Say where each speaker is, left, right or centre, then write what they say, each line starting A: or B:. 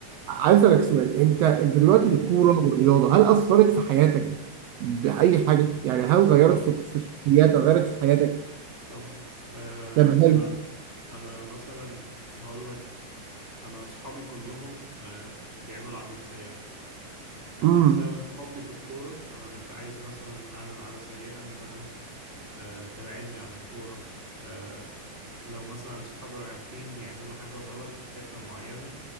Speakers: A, on the right; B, on the right.
A: عايز اسالك سؤال انت انت دلوقتي
B: اتفضل
A: الكوره والرياضه هل اثرت في حياتك باي حاجه يعني هل غيرت
B: طبعا
A: في في شخصياتك غيرت في حياتك
B: طبعا آه،
A: طب هل
B: أنا أنا مثلا هقول لك انا اصحابي كلهم آه، بيعملوا عادات سيئة انا
A: امم
B: بسبب حبي في الكورة انا مش عايز مثلا اعمل عادة سيئة ان انا آه، تبعدني عن الكورة آه، لو مثلا صحابي رايحين يعملوا حاجة غلط في حتة معينة